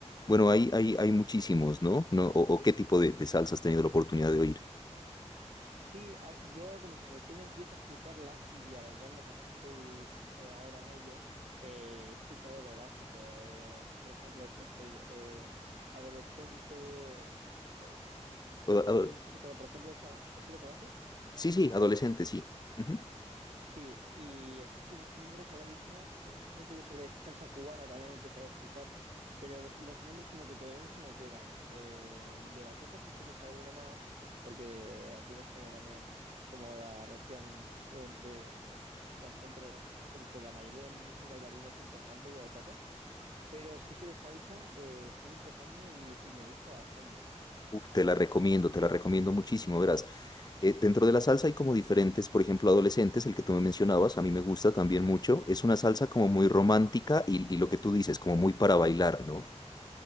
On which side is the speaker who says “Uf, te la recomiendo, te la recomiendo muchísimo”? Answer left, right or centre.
Left